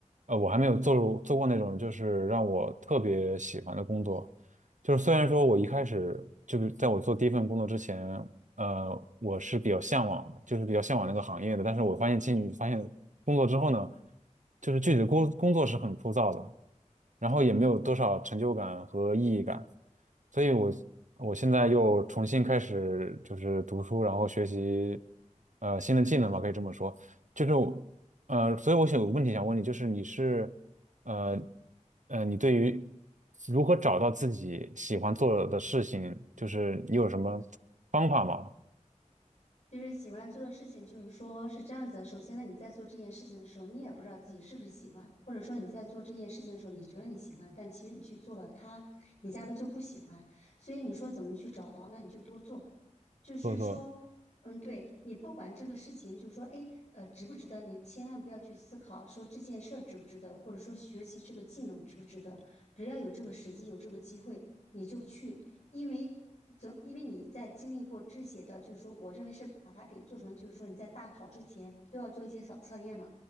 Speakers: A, on the right; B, on the left.
A: 呃，我还没有做入做过那种就是让我特别喜欢的工作。就是虽然说我一开始就是在我做第一份工作之前，呃，我是比较向往的，就是比较向往那个行业的，但是我发现进去发现工作之后呢，就是具体的工工作是很枯燥的。然后也没有多少成就感和意义感，所以我我现在又重新开始就是读书，然后学习呃新的技能吧，可以这么说，就是我呃，所以我想有个问题想问你，就是你是呃呃，你对于如何找到自己喜欢做的事情，就是你有什么方法吗？
B: 就是喜欢做的事情，就是说是这样子的。首先呢，你在做这件事情的时候，你也不知道自己是不是喜欢，或者说你在做这件事情的时候，你觉得你喜欢，但其实你去做了它，你压根就不喜欢。所以你说怎么去找到？那你就多做，就是说，
A: 做做，
B: 嗯，对你不管这个事情，就是说，哎，呃，值不值得？你千万不要去思考说这件事儿值不值得，或者说学习这个技能值不值得。只要有这个时机，有这个机会，你就去。因为总因为你在经历过这些的，就是说，我认为是把它给做成，就是说你在大考之前都要做一些小测验嘛。